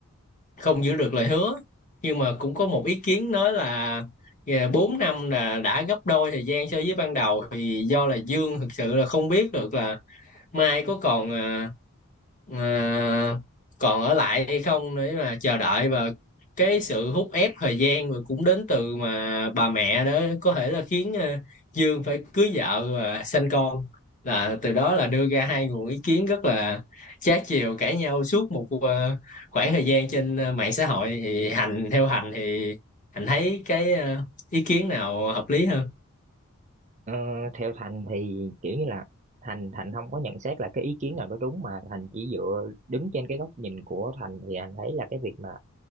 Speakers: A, on the left; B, on the right.
A: không giữ được lời hứa nhưng mà cũng có một ý kiến nói là yeah, 4 năm là đã gấp đôi thời gian so với ban đầu thì do là Dương thực sự là không biết được là mai có còn à, à, còn ở lại hay không để mà chờ đợi và cái sự hút ép thời gian rồi cũng đến từ mà bà mẹ đó có thể là khiến à, Dương phải cưới vợ và sanh con là từ đó là đưa ra hai nguồn ý kiến rất là trái chiều cãi nhau suốt một à, khoảng thời gian trên à, mạng xã hội thì Hành theo Hành thì Hành thấy cái à, ý kiến nào hợp lý hơn?
B: Ờ, theo Thành thì kiểu như là Thành Thành không có nhận xét là cái ý kiến nào đó đúng mà Thành chỉ dựa đứng trên cái góc nhìn của Thành thì anh thấy là cái việc mà